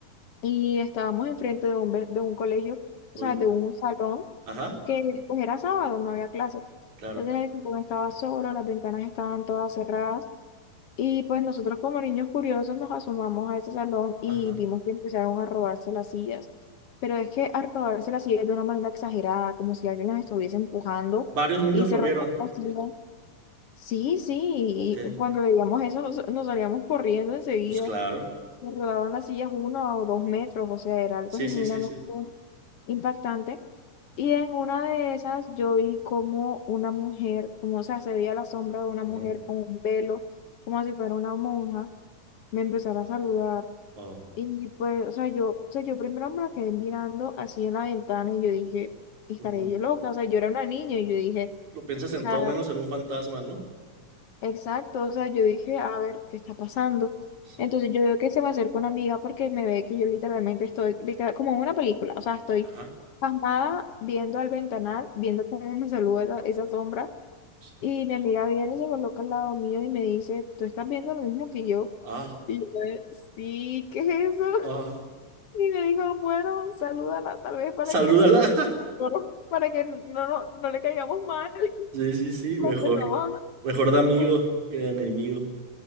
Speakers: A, on the left; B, on the right.
A: y estábamos enfrente de un, ve- de un colegio, o
B: Uy.
A: sea, de un salón
B: Ajá,
A: que pues era sábado, no había clases.
B: claro.
A: Entonces el salón estaba solo, las ventanas estaban todas cerradas y pues nosotros como niños curiosos nos asomamos a ese salón y
B: Ajá.
A: vimos que empezaron a robarse las sillas. Pero es que a robarse las sillas de una manera exagerada, como si alguien las estuviese empujando
B: Varios niños
A: y se
B: lo
A: robaban
B: vieron.
A: las sillas. Sí, sí,
B: Ok,
A: y cuando veíamos eso nos, nos salíamos corriendo enseguida.
B: pues claro.
A: Me rodaban las sillas uno o dos metros, o sea, era algo
B: Sí,
A: genuinamente
B: sí, sí, sí.
A: impactante. Y en una de esas yo vi como una mujer, como, o sea, se veía la sombra de una mujer
B: Mm.
A: con un velo, como si fuera una monja, me empezara a saludar.
B: Oh,
A: Y pues, o sea, yo, o sea, yo primero me la quedé mirando así en la ventana y yo dije, estaré
B: ujú.
A: yo loca, o sea, yo era una niña y yo dije,
B: Lo piensas en
A: o sea,
B: todo menos en un fantasma, ¿no?
A: Exacto, o sea, yo dije, a ver, ¿qué está pasando?
B: Sí.
A: Entonces yo veo que se me acerca una amiga porque me ve que yo literalmente estoy, literal, como en una película, o sea, estoy
B: Ajá.
A: pasmada viendo al ventanal, viendo cómo me saluda esa, esa sombra,
B: Sí.
A: y mi amiga viene y se coloca al lado mío y me dice, ¿tú estás viendo lo mismo que yo?
B: Ah,
A: Y yo, eh, sí, ¿qué es eso? <laughs>
B: ah.
A: Y me dijo, bueno, salúdala tal vez para
B: Salúdala.
A: que no,
B: <laughs>
A: <laughs> no- para que no, no, no le caigamos mal.
B: Sí, sí, sí, mejor.
A: <laughs> Empezamos
B: Mejor de amigo
A: a-
B: que de enemigo.